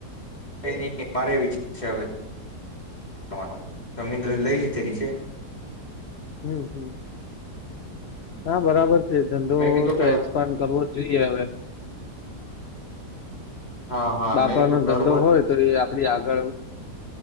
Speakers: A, on the left; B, on the left.
A: એની મારે વિચાર છે હવે તમાર તો જમીન બમીન લઈ લીધેલી છે.
B: હમ્મ હમ્મ. હા બરાબર છે ધંધો
A: મેં કીધું
B: તો
A: કે
B: એક્સપાન્ડ કરવો જ જોઈએ હવે
A: હા હા
B: બાપા
A: મેં કીધું
B: નો
A: ઘર
B: ધંધો
A: બન
B: હોય તો એ આપડી આગળ